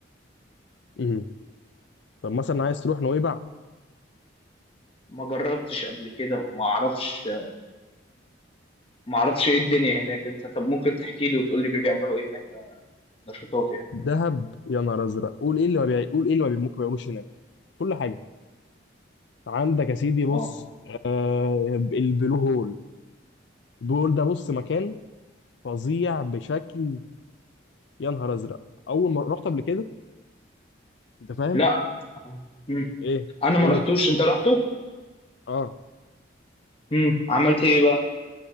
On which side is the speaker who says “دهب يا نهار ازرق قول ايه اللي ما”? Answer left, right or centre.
Left